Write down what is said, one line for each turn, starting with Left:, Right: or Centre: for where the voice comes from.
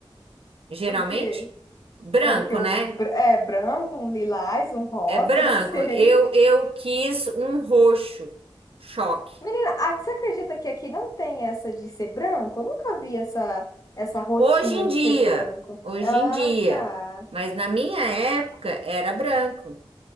Right: Geralmente?
Left: o quê?
Right: Branco,
Left: É o que Um
Right: né?
Left: br- é branco, um lilás, um rosa,
Right: É branco.
Left: <laughs> não sei.
Right: Eu, eu quis um roxo. Choque.
Left: Menina, ah, você acredita que aqui não tem essa de ser branco? Eu nunca vi essa, essa rotina
Right: Hoje em
Left: de
Right: dia,
Left: ser branco.
Right: hoje
Left: Ah,
Right: em dia.
Left: tá.
Right: Mas na minha época era branco.